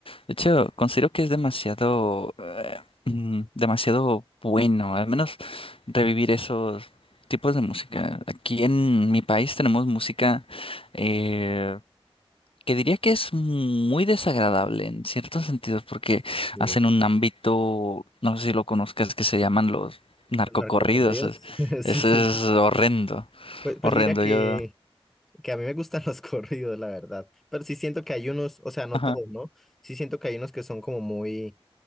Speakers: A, on the left (about 65°); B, in the centre.
A: De hecho, considero que es demasiado, eh, mm, demasiado bueno, al menos revivir esos tipos de música. Aquí en mi país tenemos música eh, que diría que es muy desagradable en ciertos sentidos porque
B: Sí.
A: hacen un ámbito, no sé si lo conozcas, que se llaman los narcocorridos.
B: ¿Los narcocorridos?
A: es-
B: <laughs> Sí,
A: Eso
B: sí.
A: es horrendo,
B: Pues, pues
A: horrendo.
B: mira que,
A: Yo,
B: que a mí me gustan los <laughs> corridos, la verdad. Pero sí siento que hay unos, o sea, no
A: ajá,
B: todos, ¿no? Sí siento que hay unos que son como muy,